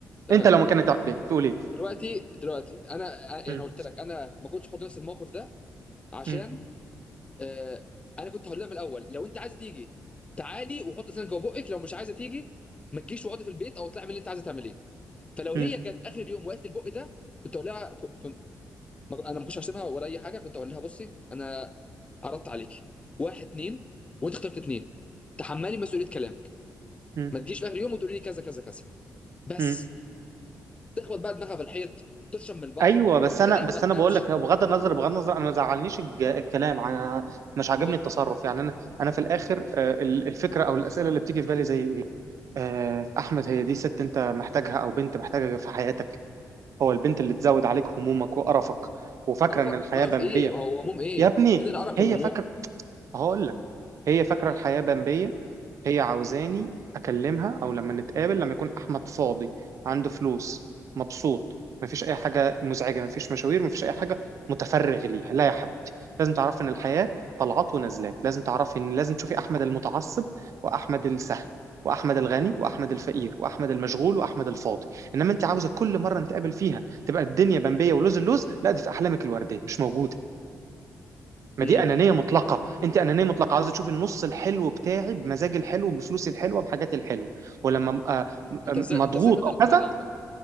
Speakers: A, on the left; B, on the right.
A: تمام
B: انت لو مكاني تعمل ايه تقول ايه
A: دلوقتي دلوقتي انا يعني انا
B: م-
A: يعني قلت لك انا ما كنتش احط نفسي في الموقف ده عشان
B: م-
A: آه انا كنت هقول لها من الاول لو انت عايزه تيجي تعالي وحط سنك جوه بقك لو مش عايزه تيجي ما تجيش واقعدي في البيت او اطلعي من اللي انت عايزه تعمليه فلو هي
B: م-
A: جت اخر يوم وقالت لي البق ده كنت اقول لها كنت انا ما كنتش هشتمها ولا اي حاجه كنت اقول لها بصي انا عرضت عليكي واحد اتنين وانت اخترت اتنين تحملي مسؤوليه كلامك
B: م-
A: ما تجيش في اخر يوم وتقولي لي كذا كذا كذا بس
B: م-
A: تخبط بقى دماغها في الحيط تشرب من البحر
B: ايوه بس انا
A: تنام
B: بس
A: ما تنامش
B: انا بقول لك هو بغض النظر بغض النظر انا ما زعلنيش الج- الكلام انا مش عاجبني
A: ما
B: التصرف يعني انا انا في الاخر آه، ال- الفكره او الاسئله اللي بتيجي في بالي زي ايه آه، احمد هي دي ست انت محتاجها او بنت محتاجها في حياتك هو البنت اللي تزود عليك همومك وقرفك وفاكره
A: قرف
B: ان الحياه
A: قرف
B: بمبيه
A: ايه هو هموم ايه
B: يا ابني
A: فين القرف
B: هي
A: والهموم
B: فاكره هقول لك هي فاكرة الحياة بمبية هي عاوزاني أكلمها أو لما نتقابل لما يكون أحمد فاضي عنده فلوس مبسوط مفيش أي حاجة مزعجة مفيش مشاوير مفيش أي حاجة متفرغ ليها لا يا حبيبتي لازم تعرفي إن الحياة طلعات ونزلات لازم تعرفي إن لازم تشوفي أحمد المتعصب وأحمد السهل وأحمد الغني وأحمد الفقير وأحمد المشغول وأحمد الفاضي إنما أنت عاوزة كل مرة نتقابل فيها تبقى الدنيا بمبية ولوز اللوز لا دي في أحلامك الوردية مش موجودة ما
A: امم
B: دي انانيه مطلقه انت انانيه مطلقه عاوزه تشوفي النص الحلو بتاعي بمزاجي الحلو بفلوسي الحلوه بحاجاتي الحلوه ولما ابقى م- آه،
A: انت
B: م-
A: ازاي
B: آه، مضغوط
A: انت ازاي خدت
B: او
A: الانطباع
B: كذا
A: ده عنها